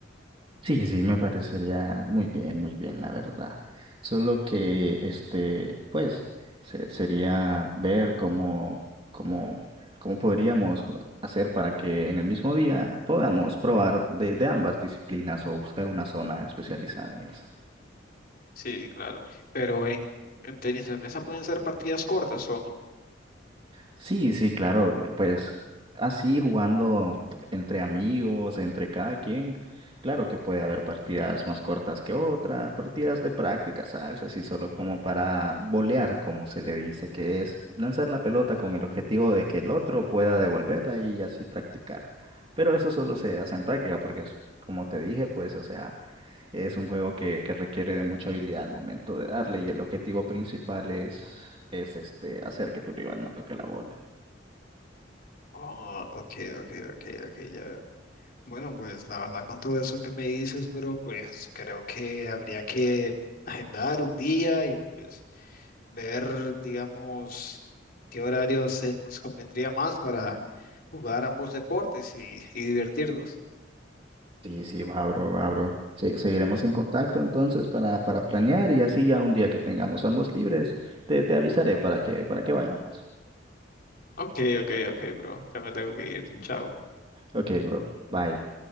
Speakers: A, on the right (about 30°); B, on the left (about 55°).
A: Sí, sí, me parecería muy bien, muy bien, la verdad. Solo que, este, pues, se- sería ver cómo, cómo, cómo podríamos ju- hacer para que en el mismo día podamos probar de, de ambas disciplinas o buscar una zona especializada en eso.
B: Sí, claro. Pero en, en tenis de mesa pueden ser partidas cortas o no.
A: Sí, sí, claro, que, pues así jugando entre amigos, entre cada quien, claro que puede haber partidas más cortas que otras, partidas de práctica, ¿sabes? Así solo como para bolear, como se le dice, que es lanzar la pelota
B: Oh,
A: con el objetivo de que el otro pueda devolverla y así practicar. Pero eso solo se hace en práctica porque, es- como te dije, pues, o sea, es un juego que, que requiere de mucha habilidad al momento de darle y el objetivo principal es, es este, hacer que tu rival no toque la bola.
B: oh, ok, ok, ok, ok, ya Bueno, pues la verdad con todo eso que me dices, bro, pues creo que habría que agendar un día y pues ver, digamos, qué horario se nos convendría más para jugar ambos deportes y, y divertirnos.
A: Sí, sí, va, bro, va, bro. Se- seguiremos en contacto entonces para, para planear y así ya un día que tengamos ambos libres, te, te avisaré para que, para que vayamos.
B: Ok, ok, ok, bro. Ya me tengo que ir. Chao.
A: Ok, bro, bye.